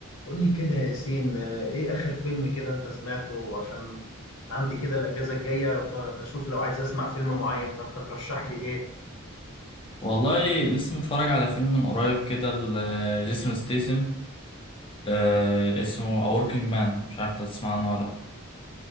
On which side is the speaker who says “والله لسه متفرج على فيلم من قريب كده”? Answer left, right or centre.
Left